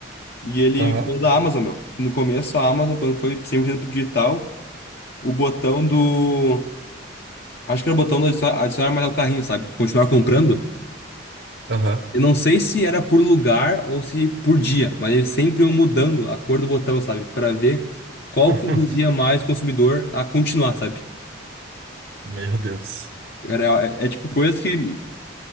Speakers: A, on the left; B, on the right.
A: E ele
B: Aham,
A: falou da Amazon, meu. Que no começo a Amazon, quando foi 100% digital, o botão do Acho que era o botão do adicio- adicionar mais ao carrinho, sabe? Continuar comprando.
B: aham.
A: Eu não sei se era por lugar ou se por dia, mas eles sempre iam mudando a cor do botão, sabe? Pra ver qual
B: <laughs>
A: que induzia mais o consumidor a continuar, sabe?
B: Meu Deus.
A: Era, é, é tipo coisa que